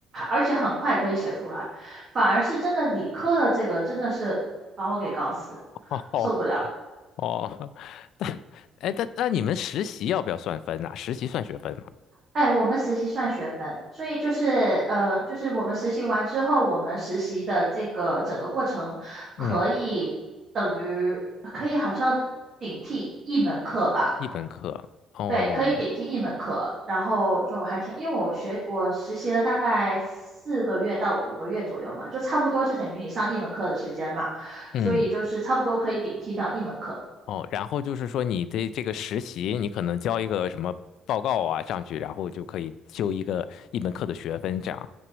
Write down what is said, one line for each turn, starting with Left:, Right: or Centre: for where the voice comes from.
Right: 而且很快可以写出来，反而是真的理科的这个真的是把我给搞死，
Left: 哦
Right: 受不了。
Left: 哦，<laughs> 但哎但那你们实习要不要算分呐、实习算学分吗？
Right: 哎，我们实习算学分，所以就是呃，就是我们实习完之后，我们实习的这个整个过程可以等于可以好像顶替一门课吧。
Left: 嗯，一门课哦，
Right: 对，可以顶替一门课，然后就还挺，因为我学我实习了大概四个月到五个月左右嘛，就差不多是等于你上一门课的时间嘛，
Left: 嗯。
Right: 所以就是差不多可以顶替掉一门课。
Left: 哦，然后就是说你的这个实习，你可能交一个什么报告啊上去，然后就可以修一个一门课的学分这样。